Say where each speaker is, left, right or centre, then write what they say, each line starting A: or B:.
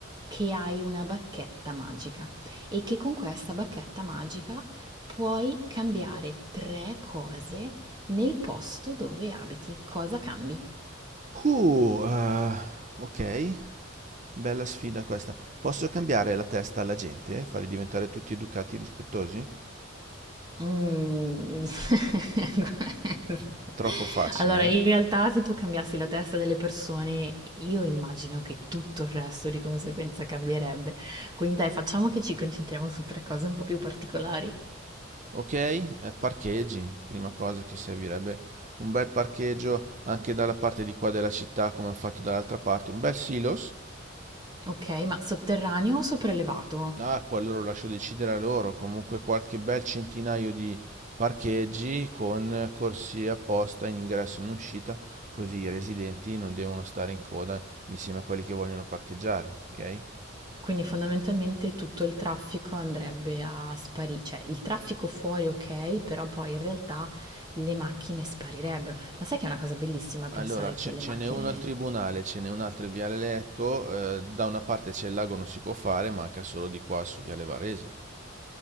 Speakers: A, on the right; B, on the right.
A: che hai una bacchetta magica e che con questa bacchetta magica puoi cambiare tre cose nel posto dove abiti. Cosa cambi?
B: Uh, eh, ok, bella sfida questa. Posso cambiare la testa alla gente, farli diventare tutti educati e rispettosi?
A: Mhmm, <laughs>
B: Troppo facile.
A: allora
B: eh?
A: in realtà se tu cambiassi la testa delle persone, io immagino che tutto il resto di conseguenza cambierebbe. Quindi dai, facciamo che ci concentriamo su tre cose un po' più particolari.
B: Ok, eh, parcheggi, prima cosa che servirebbe un bel parcheggio anche dalla parte di qua della città come ho fatto dall'altra parte, un bel silos
A: Ok, ma sotterraneo o sopraelevato?
B: Ah, quello lo lascio decidere a loro. Comunque qualche bel centinaio di parcheggi con corsie apposta in ingresso e in uscita, così i residenti non devono stare in coda insieme a quelli che vogliono parcheggiare, ok?
A: Quindi fondamentalmente tutto il traffico andrebbe a sparire, cioè il traffico fuori ok, però poi in realtà le macchine sparirebbero. Ma sai che è una cosa bellissima pensare
B: Allora, ce,
A: che le
B: ce
A: macchine
B: n'è uno al tribunale, ce n'è un altro in Viale Lecco. eh, da una parte c'è il lago, non si può fare, manca solo di qua su Viale Varese.